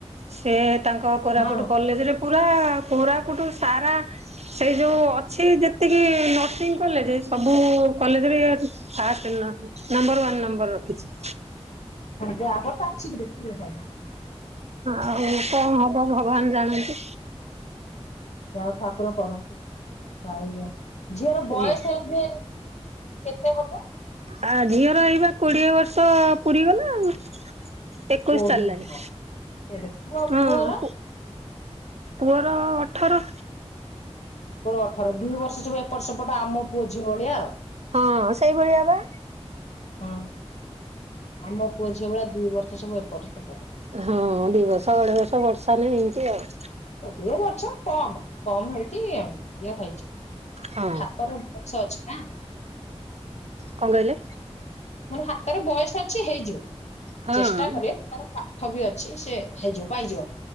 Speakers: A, on the right; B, on the left.
A: ସେ ତାଙ୍କ କୋରାପୁଟୁ
B: ହଁ
A: କଲେଜେରେ ପୁରା ପୁରା କୋରାପୁଟୁ ସାରା ସେଇ ଯୋଉ ଅଛି ଯେ ତିକି ନର୍ସିଂ କଲେଜେ ସବୁ କଲେଜେରେ ଇଏ ଅଛି ଫାଷ୍ଟେ ନ ନମ୍ବର ୱାନ୍ ନମ୍ବର ରଖିଛି।
B: ଯାହା ହୋଉ ତାହେଲେ ଶିଘ୍ର ଶିଘ୍ର ପାଇଯିବେ।
A: ଆଉ କଣ ହବ ଭଗବାନ ଜାଣନ୍ତି।
B: ଯା ହୋଉ ଠାକୁର କରନ୍ତୁ ପାଇଯାଉ। ଝିଅର ବୟସ
A: ଏ
B: ଏବେ କେତେ ହବ?
A: ଆ ଝିଅର ଏଇବା କୋଡିଏ ବର୍ଷ ପୁରିଗଲା ଆଉ। ଏକୋଇଶି
B: କୋଡିଏ
A: ଚାଲିଲାଣି
B: ହଁ କୋଡିଏ ପୁଅ
A: ହଁ
B: ପୁଅର
A: ହଁ। ପୁଅର ଅଠର।
B: ପୁଅର ଅଠର ଦି ବର୍ଷ ସବୁ ଏପଟ ସେପଟ ଆମ ପୁଅ ଝିଅ ଭଳିଆ ଆଉ।
A: ହଁ ସେଇଭଳିଆ ବା।
B: ହଁ ଆମ ପୁଅ ଝିଅ ଭଳିଆ ଦି ବର୍ଷ ସବୁ ଏପଟ ସେପଟ।
A: ହଁ ଦି ବର୍ଷ ଅଢେଇ ବର୍ଷ ବଡ ସାନେ ଏମିତି ଆଉ।
B: ଏବେ ବର୍ଛ କମ୍ କମ୍ ହେଇଚି ଇଏ ହେଇଯିବ
A: ହଁ
B: ହାତର ଗଛ ଅଛି ନା?
A: କଣ କହିଲେ?
B: ମାନେ ହାତରେ ବୟସ ଅଛି ହେଇଯିବ
A: ହଁ।
B: ଚେଷ୍ଟା କରେ। ତାର ପାଠ ବି ଅଛି ସେ ହେଇଯିବ ପାଇଯିବ